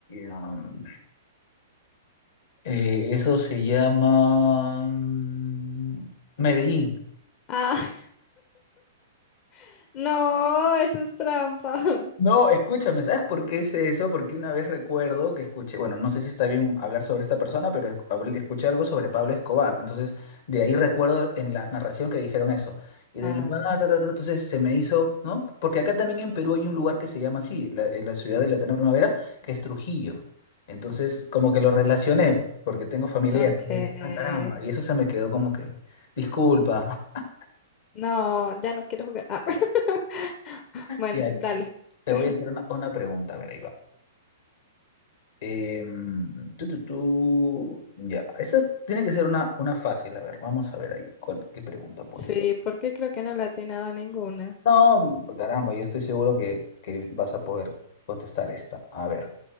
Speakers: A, on the left (about 65°); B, on the left (about 40°).
A: um, eh, eso se llama mm, Medellín.
B: Ah, <laughs> no, eso es trampa. <laughs>
A: No, escúchame, ¿sabes por qué es eso? Porque una vez recuerdo que escuché, bueno, no sé si está bien hablar sobre esta persona, pero es- habl- escuché algo sobre Pablo Escobar. Entonces, de ahí recuerdo en la narración que dijeron eso. Y
B: Ah,
A: del lugar, ta, ta, ta, entonces se me hizo, ¿no? Porque acá también en Perú hay un lugar que se llama así, la, eh, la ciudad de la eterna primavera, que es Trujillo. Entonces, como que lo relacioné, porque tengo familia
B: ok.
A: y entonces dije, ah, caramba, y eso se me quedó como que, disculpa. <laughs>
B: No, ya no quiero jugar. Ah. <laughs> Bueno,
A: Y
B: dale.
A: te
B: <laughs>
A: voy a hacer una, una pregunta, a ver, ahí va. Em, tú, tú, tú, Ya, esa tiene que ser una, una fácil. A ver, vamos a ver ahí cuál, qué pregunta puede
B: Sí,
A: ser.
B: porque creo que no le he atinado a ninguna.
A: No, mm, caramba, yo estoy seguro que, que vas a poder contestar esta. A ver,